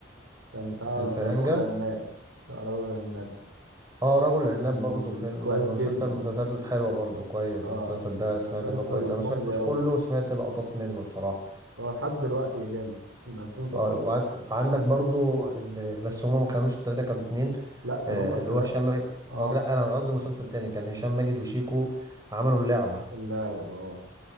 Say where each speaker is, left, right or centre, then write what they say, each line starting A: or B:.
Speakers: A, on the right; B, on the right.
A: كان بتاع
B: الفرنجة
A: رجل العناب بتاع رجل العناب
B: اه رجل عناب
A: كان
B: برضه فيلم
A: كويس
B: مسلسل
A: جدا
B: من المسلسلات الحلوه برضه كويس
A: اه
B: المسلسل ده سمعت
A: مسلسل
B: انه كويس انا ما
A: كوميدي
B: سمعتوش
A: قوي
B: كله سمعت لقطات منه بصراحه
A: هو لحد دلوقتي جامد من 2013
B: اه وع-
A: يعني.
B: عندك برضه اللي بس هما ما كانوش ثلاثه كانوا اتنين
A: لا كان
B: آه،
A: هما التلاتة
B: اللي هو هشام ماجد
A: اه
B: اه لا انا قصدي مسلسل تاني كان هشام ماجد وشيكو عملوا اللعبه
A: اللعبة اه